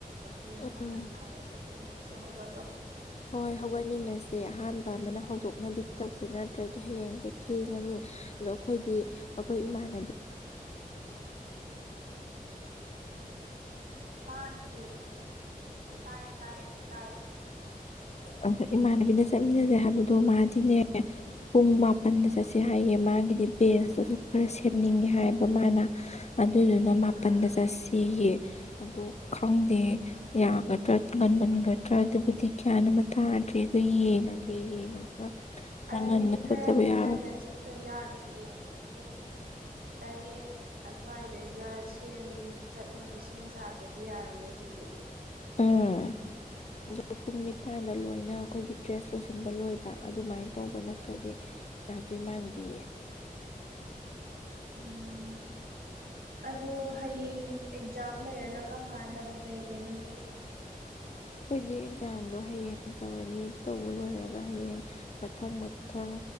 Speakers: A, on the right; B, on the left.
A: ꯑꯗꯨꯅ
B: ꯎꯝ
A: ꯈꯪꯉꯟ ꯍꯧꯒꯠꯂꯒꯦ ꯅꯪꯁꯨ ꯍꯧꯒꯠꯂꯣ
B: ꯍꯣꯏ ꯍꯧꯒꯠꯃꯤꯟꯅꯁꯦ ꯑꯍꯥꯟꯕ ꯑꯃꯅ ꯍꯧꯗꯣꯛꯅꯕꯤ ꯇꯧꯁꯦ ꯅꯠꯇ꯭ꯔꯗꯤ ꯍꯌꯦꯡꯗꯣ ꯊꯦꯡꯉꯅꯤ ꯑꯗꯣ ꯑꯩꯈꯣꯏꯗꯤ ꯑꯩꯈꯣꯏ ꯏꯃꯥꯟꯅꯕꯤ
A: ꯇꯥꯈꯤꯗ꯭ꯔꯦ ꯎ ꯇꯥꯔꯦ ꯇꯥꯔꯦ ꯇꯥꯔꯦ
B: ꯑꯗ ꯏꯃꯥꯟꯅꯕꯤꯅ ꯆꯠꯃꯤꯟꯅꯁꯦ ꯍꯥꯏꯕꯗꯣ ꯃꯥꯗꯤꯅꯦ ꯄꯨꯡ ꯃꯄꯟꯗ
A: ꯎꯝ
B: ꯆꯠꯁꯦ ꯍꯥꯏꯌꯦ ꯃꯥꯒꯤꯗꯤ ꯕꯦꯟꯁꯇꯨꯁꯨ ꯈꯔ ꯁꯦꯝꯅꯤꯡꯉꯦ ꯍꯥꯏꯕ ꯃꯥꯅ ꯑꯗꯨꯗꯨꯅ ꯃꯥꯄꯟꯗ
A: ꯑꯥ ꯑꯥ
B: ꯆꯠꯁꯤꯌꯦ ꯑꯗꯨ ꯈꯪꯗꯦ
A: ꯑꯥ
B: ꯌꯥꯒꯗ꯭ꯔꯥ ꯉꯟꯃꯟꯒꯗ꯭ꯔꯥ ꯑꯗꯨꯕꯨꯗꯤ ꯀ꯭ꯌꯥ ꯑꯃ ꯇꯥꯗ꯭ꯔꯦꯗ ꯌꯦꯡꯉꯒꯦ ꯌꯦꯡꯉꯒ ꯈꯔ
A: ꯑꯗꯨꯗꯤ
B: ꯉꯟꯅ
A: ꯈꯔꯗꯤ
B: ꯈꯣꯠꯇꯕ ꯌꯥꯔꯣꯏ
A: ꯉꯟꯅ ꯆꯠ ꯇ ꯌꯥꯔꯣꯏꯌꯦ ꯄꯨꯡ ꯇꯔꯦꯠ ꯑꯗꯨꯋꯥꯏꯗꯩꯒ ꯁꯦꯟ ꯆꯠꯅꯕ ꯁꯦꯝ ꯁꯥꯗ꯭ꯔꯗꯤ ꯌꯥꯔꯣꯏ ꯑꯗꯨꯖꯤꯗꯤ
B: ꯎꯝ ꯑ ꯄꯨꯡ ꯅꯤꯄꯜꯗ ꯂꯣꯏꯅ ꯑꯩꯈꯣꯏꯒꯤ ꯗ꯭ꯔꯦꯁ ꯂꯣꯏꯁꯤꯟꯕ ꯂꯣꯏꯕ ꯑꯗꯨꯃꯥꯏꯅ ꯇꯧꯕ ꯅꯠꯇ꯭ꯔꯗꯤ ꯌꯥꯥꯗꯨ ꯏ ꯃꯥꯟꯗꯤ
A: ꯎꯝ ꯑꯣ ꯍꯌꯦꯡ ꯑꯦꯛꯖꯥꯝ ꯂꯩꯔꯒ ꯀꯔꯝ ꯀꯥꯟꯗ ꯑꯃꯨꯛ ꯂꯩꯒꯦ ꯅꯣꯏꯒꯤ
B: ꯑꯩꯈꯣꯏꯗꯤ ꯑꯦꯛꯖꯥꯝꯗꯣ ꯍꯌꯦꯡ ꯇꯧꯔꯅꯤ ꯑꯗꯨ ꯇꯧꯕ ꯂꯣꯏꯔꯒ ꯍꯌꯦꯡ ꯃꯊꯪ ꯃꯊꯪ